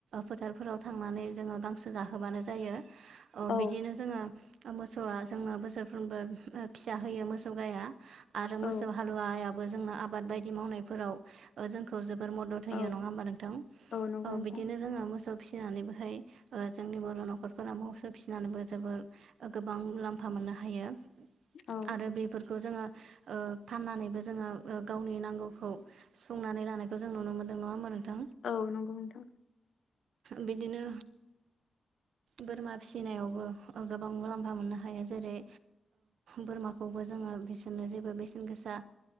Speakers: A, on the right; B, on the left.
A: फोथारफोराव थांनानै जोङो गांसो जाहोबानो जायो
B: औ
A: बिदिनो जोङो मोसौआ जोंनो बोसोरफ्रोमबो फिसा होयो मोसौ गाया आरो
B: औ
A: मोसौ हालुवाया जोंनो आबाद बायदि मावनायाव जोंखौ मदद होयो
B: औ
A: नङा होमबा नोंथां औ
B: नंगौ नोंथां
A: बिदिनो जोङो मोसौ फिसिनानैबोहाय जोंनि बर' न'खरफोरा मोसौ फिसिनानैबो जोबोर गोबां मुलामफा मोनो। मोननो हायो
B: औ
A: आरो बेफोरखौ जोङो फाननानैबो जोङो गावनि नांगौखौ सुफुंनानै ला खौ जों नुनो मोनदों नङा होमबा नोंथां?
B: औ नंगौ नोथां।
A: बिदिनो बोरमा फिसिनायावबो गोबां मुलाम्फा मोननो हायो जेरै बोरमाखौबो जोङो बिसोरनो जेबो बेसेन गोसा